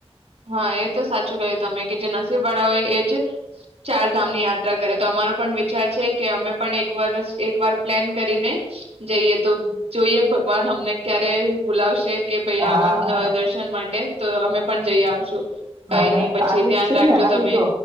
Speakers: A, on the right; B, on the right.
A: હા એ તો સાચું ક્યું તમે કે જે વાળાઓ એ જ ચાર ધામ ની યાત્રા કરે તો અમારો પણ વિચાર છે કે અમે પણ એક વાર એક વાર પ્લેન કરીને જઈએ તો જોઈએ ભગવાન અમને ક્યારે બુલાવશે. કે <unintelligible>
B: હા
A: માટે તો અમે પણ જઈ આવશું.
B: હા
A: કઈ
B: ને
A: નહી પછી
B: આટલી
A: ધ્યાન
B: જ છે
A: રાખજો
B: ને આટલી
A: તમે
B: જો